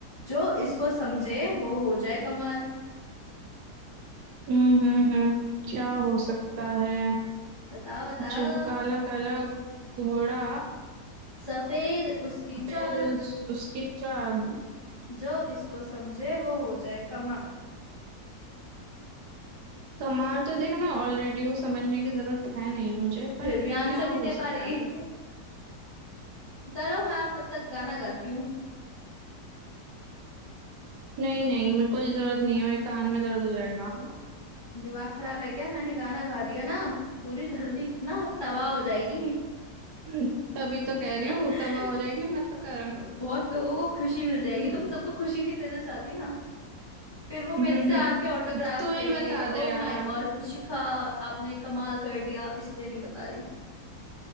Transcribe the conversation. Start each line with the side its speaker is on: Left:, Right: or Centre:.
Left: जो इसको समझे वो हो जाए कमाल
Right: हम्म हम्म हम्म क्या हो सकता है
Left: बताओ बताओ
Right: जो काला काला घोड़ा
Left: सफेद उसकी चाल
Right: फिर उस, उसकी चाल
Left: जो इसको समझे वो हो जाए कमाल
Right: कमाल तो देख मैं ऑलरेडी हूँ समझने की जरूरत है नहीं मुझे पर
Left: फिर भी आंसर
Right: क्या
Left: नहीं
Right: हो
Left: दे पा
Right: सकता
Left: रही
Right: है
Left: <laughs> करो मैं आप तब तक गाना गाती हूँ
Right: नहीं नहीं मेरे कोई जरूरत नहीं है मेरे कान में दर्द हो जाएगा
Left: दिमाग खराब है क्या मैंने गाना गा दिया ना पूरी धरती ना तबाह हो जाएगी
Right: हम्म, तभी तो कह रही हूँ
Left: <laughs>
Right: तबाह हो जाएगी मत कर
Left: बहुत लोगों को खुशी मिल जाएगी
Right: हम्म,
Left: तो मैं सबको खुशी नहीं देना चाहती ना फिर वो मेरे
Right: हम्म,
Left: से
Right: हम्म।
Left: आके ऑटोग्राफ्स
Right: तू ही
Left: लेंगे
Right: बता
Left: ओ
Right: दे यार
Left: माय गॉड रुचिका आपने कमाल कर दिया इसलिए नहीं बता रही